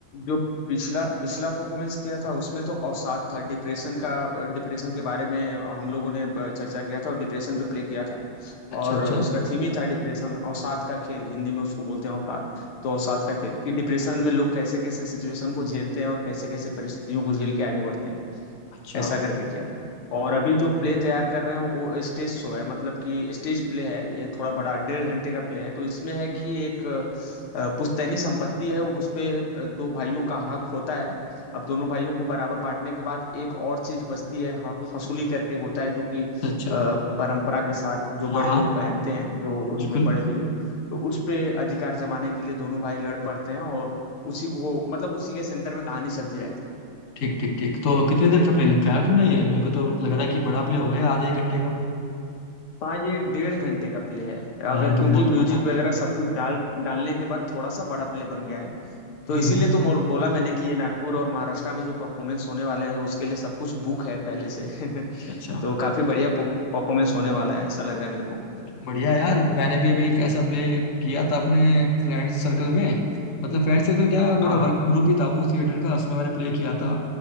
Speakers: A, on the left; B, on the left.
A: जो पिछला पिछला परफॉर्मेंस किया था उसमें तो अवसाद था डिप्रेशन का डिप्रेशन के बारे में हम लोगों ने ब- चर्चा किया था और डिप्रेशन पे प्ले किया था
B: अच्छा
A: और
B: अच्छा
A: उसका थीम ही था डिप्रेशन अवसाद का खेल हिंदी में उसको बोलते हैं अवसाद तो अवसाद का खेल कि डिप्रेशन में लोग कैसे कैसे सिचुएशन को झेलते हैं और कैसे कैसे परिस्थितियों को झेल के आगे बढ़ते हैं
B: अच्छा
A: ऐसा करके किया था। और अभी जो प्ले तैयार कर रहे हैं वो स्टेज शो है मतलब कि स्टेज प्ले है ये थोड़ा बड़ा डेढ़ घंटे का प्ले है तो इसमें है कि एक अ, पुश्तैनी संपत्ति है उस पे अ, दो भाइयों का हक होता है अब दोनों भाइयों को बराबर बांटने के बाद एक और चीज बचती है ह- हसूली करके होता है जो कि अ,
B: अच्छा अच्छा
A: परंपरा के साथ जो
B: हाँ
A: बड़े
B: हाँ
A: लोग पहनते हैं जो उसमें
B: बिल्कुल
A: बड़े बुजुर्ग तो उस पे अधिकार जमाने के लिए दोनों भाई लड़ पड़ते हैं और उसी को मतलब उसी के सेंटर में कहानी चलती रहती है
B: ठीक ठीक ठीक तो कितनी देर का प्ले लिखा है यार तुमने ये मेरे को तो लग रहा है कि बड़ा प्ले होगा ये आधे एक घंटे का
A: हाँ ये डेढ़ घंटे का प्ले है अगर
B: यार ये
A: क्योंकि
B: तो बहुत
A: म्यूजिक
B: बड़ा
A: वगैरह सब कुछ डाल डालने के बाद थोड़ा सा बड़ा प्ले बन गया है तो
B: हम्म
A: इसीलिए
B: हम्म
A: तो मोल- बोला मैंने कि ये नागपुर और महाराष्ट्र में जो परफॉर्मेंस होने वाले हैं उसके लिए सब कुछ बुक है पहले से <laughs>
B: अच्छा अच्छा
A: तो काफी बढ़िया परफॉर्मेंस होने वाला है ऐसा लग रहा है मेरे को
B: बढ़िया यार मैंने भी अभी एक ऐसा प्ले किया था अपने फ्रेंड सर्कल में मतलब फ्रेंड सर्कल क्या मेरा
A: हाँ
B: वर्क
A: हाँ
B: ग्रुप ही था वो थिएटर का उसमें मैंने प्ले किया था